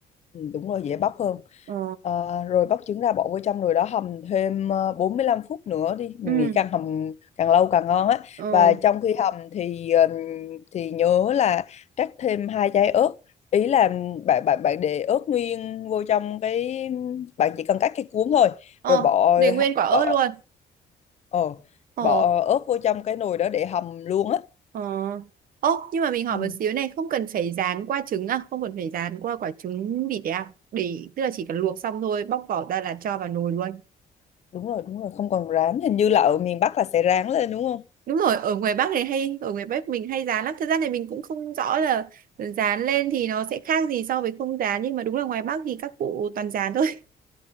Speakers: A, on the left; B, on the right.
A: Ừ, đúng rồi dễ bóc hơn
B: ờ
A: Ờ, rồi bóc trứng ra bỏ vô trong rồi đó hầm thêm ờ, 45 phút nữa đi mình
B: ừ
A: nghĩ càng hầm càng lâu càng ngon á
B: ờ
A: và trong khi hầm thì ừm, thì nhớ là cắt thêm hai trái ớt ý là bạn bạn bạn để ớt nguyên vô trong cái bạn chỉ cần cắt cái cuống thôi
B: ờ
A: rồi bỏ
B: để nguyên quả ớt
A: bỏ
B: luôn
A: ờ,
B: ờ
A: bỏ ớt vô trong cái nồi đó để hầm luôn á
B: ờ Ồ, nhưng mà mình hỏi
A: ừ,
B: một xíu này, không cần phải rán qua trứng à? Không cần phải rán qua quả trứng vịt đấy à? Để, tức là chỉ cần luộc xong thôi, bóc vỏ ra là cho vào nồi luôn.
A: đúng rồi đúng rồi không còn rán hình như là ở miền Bắc là sẽ rán lên đúng không
B: đúng rồi ở ngoài Bắc này hay ở ngoài Bắc mình hay dán lắm thật ra thì mình cũng không rõ là dán lên thì nó sẽ khác gì so với không dán nhưng mà đúng là ngoài Bắc thì các cụ toàn dán thôi <laughs>